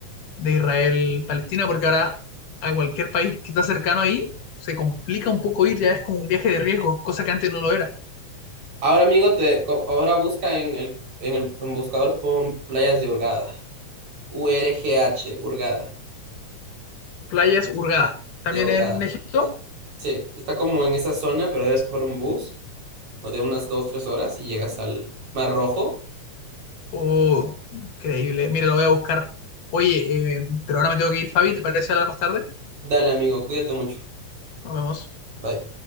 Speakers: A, on the left (about 80°); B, on the right (about 60°).
A: de Israel-Palestina, porque ahora a cualquier país que está cercano ahí se complica un poco ir, ya es como un viaje de riesgo, cosa que antes no lo era.
B: Ahora, amigo, te, co- ahora busca en el, en el en buscador pon playas de Hurgada. U-R-G-H, Hurgada,
A: Playas Hurgada, también
B: de Hurgada.
A: en Egipto.
B: Sí, está como en esa zona, pero debes coger un bus o de unas dos, tres horas y llegas al Mar Rojo.
A: Oh, increíble. Mira, lo voy a buscar. Oye, eh, pero ahora me tengo que ir, Fabi, ¿te parece hablar más tarde?
B: Dale, amigo, cuídate mucho.
A: Nos vemos.
B: Bye.